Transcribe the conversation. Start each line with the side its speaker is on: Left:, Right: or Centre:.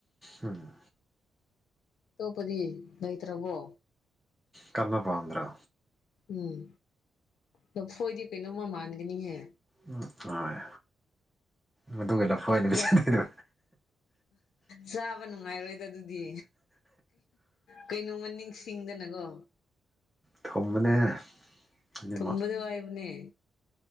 Centre: ꯎꯝ
Left: ꯑꯇꯣꯞꯄꯗꯤ ꯂꯩꯇ꯭ꯔꯕꯣ
Centre: ꯀꯟꯕꯥ ꯄꯥꯝꯗꯔꯣ
Left: ꯎꯝ ꯂꯥꯐꯣꯏꯗꯤ ꯀꯩꯅꯣꯝꯃꯥ ꯃꯥꯟꯒꯅꯤꯍꯦ
Centre: ꯎꯝ ꯍꯣꯏ ꯃꯗꯨꯒꯤ ꯂꯐꯣꯏꯅꯦ ꯄꯕꯤꯁꯥꯗꯩꯗꯣ
Left: ꯆꯥ ꯆꯥꯕ ꯅꯨꯡꯉꯥꯏꯔꯣꯏꯗ ꯑꯗꯨꯗꯤ ꯀꯩꯅꯣꯃ ꯅꯤꯡꯁꯤꯡꯗꯅꯀꯣ
Centre: ꯊꯝꯕꯅꯦꯃ
Left: ꯊꯨꯝꯕꯗꯣ ꯍꯥꯏꯕꯅꯦ